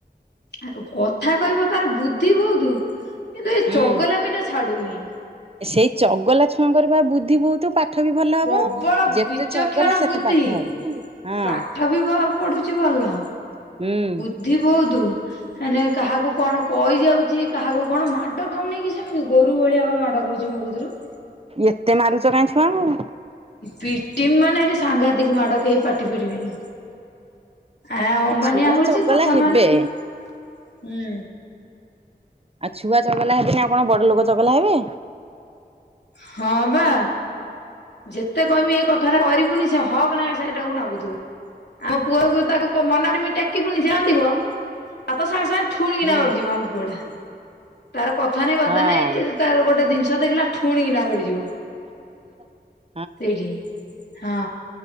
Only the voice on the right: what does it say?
ହୁଁ।
ସେଇ ଚଗଲା ଛୁଆଙ୍କର ବା ବୁଦ୍ଧି ବହୁତ ପା ପାଠ ବି ଭଲ ହବ
ଯେତେ
ଚଗଲା ସେତେ
ପାଠ ହବ ହଁ।
ହୁଁ।
ଏତେ ମାରୁଛ କାହିଁକି ଛୁଆଙ୍କୁ।
ଏ
ଛୁଆ
ଚଗଲା
ହେବେ।
ଆଉ ଛୁଆ ଚଗଲା ହେବେନି ଆଉ କଣ ବଡ଼ ଲୋକ ଚଗଲା ହେବେ?
ହୁଁ।
ହଁ।
<inaudible>